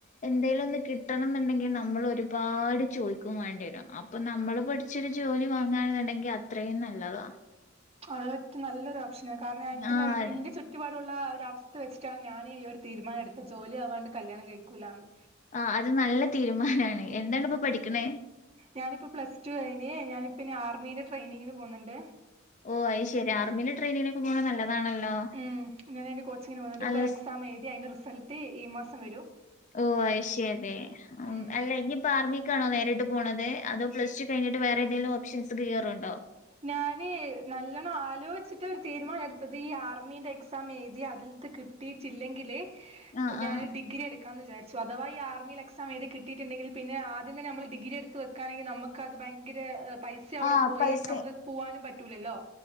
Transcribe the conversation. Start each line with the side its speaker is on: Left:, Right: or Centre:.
Left: എന്തെങ്കലും ഒന്ന് കിട്ടണം എന്നുണ്ടെങ്കിൽ നമ്മൾ ഒരുപാട് ചോദിക്കുകയും വേണ്ടി വരും അപ്പൊ നമ്മള് പഠിച്ചൊരു ജോലി വാങ്ങെന്നുണ്ടെങ്കിൽ അത്രയും നല്ലതാ
Right: അതൊറ്റ നല്ലൊരു ഓപ്ഷന കാരണം എന്റെ
Left: ആഹ്
Right: ലൈഫ് എന്റെ ചുറ്റും കുറ്റപാടുള്ള ഒരു അവസ്ഥ വെച്ചിട്ടാണ് ഞാൻ ഈ ഒരു തീരുമാനംടുത്തത്ത് ജോലി ആവാണ്ട് കല്യാണം കഴിക്കൂില്ല എന്ന്
Left: ആഹ് അത് നല്ല തീരുമാനമാണ് എന്താണ് ഇപ്പൊ പഠിക്കണ
Right: ഞാനിപ്പോ പ്ലസ് ടു കയിഞ്ഞ് ഞാനിപ്പോ ഇനി ആർമിന്റെ ട്രെനിങ്ങിന് പോകുന്നുണ്ട്
Left: ഓ അത് ശരി ആർമിെ ട്രെയിനിങ്ങിന ഒക്കെ പോകുന്നത് നല്ലതാണല്ലോ
Right: ഉം ഇങ്ങനെ ഒരു കോച്ചിങ് നു പോവുന്നുണ്ട്
Left: അല്ല
Right: ഇപ്പോ ഒരു എക്സാം എഴുതി അതിന്റെ റിസൾട്ട് എന്റെ കോച്ചിങ്ങിന് വന്നിട്ടണ്ട്് ഇൊ ഒരു എക്സാം എഴുതിന്റെ റിസൾട്ട്ഈ മാസം വരൂ
Left: ഓഹ് ആയിസരി
Right: ഉം
Left: അല്ല ഇനി ഇപ്പ ആർമ്മി ആണോ നേരിട്ട് പോുന്നത് അതോ പ്ലസ് ടു കിഞ്ഞട്ട് വേറെേന്തെങ്കിലും ഓ പ്ഷൻസ് ക് കേറുന്നുണ്ടോ
Right: ഞാന് നല്ലോണം ആലോചിച്ചിട്ട് ഒരു ഞാൻ നല്ലോണം ആലോചിട്ടു തീരുമാനം എടുത്തത് ഈ ആർമീന്റെ എക്സാം എഴുതി അതിലത്ത് ട്ടില്ലെങ്കിൽ
Left: ആഹ്
Right: ഞാൻ
Left: ആഹ്
Right: ഡിഗ്രി എടുക്ക എക്കാ വിാരിച്ച അഥവാ ഈ അതാവാ ആർമയിൽ എക്സാം ഏത് കിയിട്ടുണ്ടെങ്കിൽപിന്നെ ആദിയം തന്ന നമ്മൾ ഡിഗ്ര എടുത്ത് ക്കണെങ്കിൽ നമുക്ക് അത് ഭയങ്കര പൈസ അവിടെ
Left: ആഹ്
Right: പോയി
Left: പൈസ
Right: നമുക്ക് പോവാനും പറ്റൂലല്ലോ